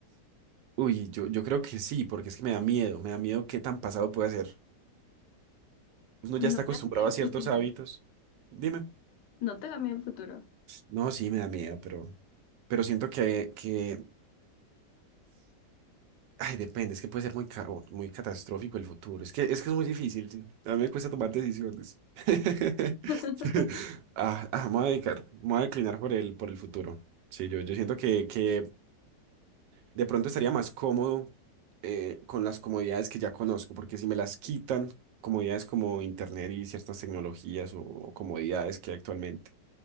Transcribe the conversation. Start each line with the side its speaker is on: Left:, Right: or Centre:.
Right: Uy, yo, yo creo que sí, porque es que me da miedo, me da miedo qué tan pasado puede ser. Uno
Left: No
Right: ya está acostumbrado
Left: te da miedo el
Right: a ciertos
Left: futuro.
Right: hábitos. Dime.
Left: No te da miedo el futuro.
Right: No, sí, me da miedo, pero, pero siento que, que, ay, depende, es que puede ser muy, ca- o muy catastrófico el futuro. Es que, es que es muy difícil, sí. A mí me cuesta tomar decisiones. <laughs>
Left: <laughs>
Right: Ah, ah, me voy a dedicar, me voy a declinar por el, por el futuro. Sí, yo, yo siento que, que de pronto estaría más cómodo eh, con las comodidades que ya conozco, porque si me las quitan, comodidades como internet y ciertas tecnologías o, o comodidades que hay actualmente,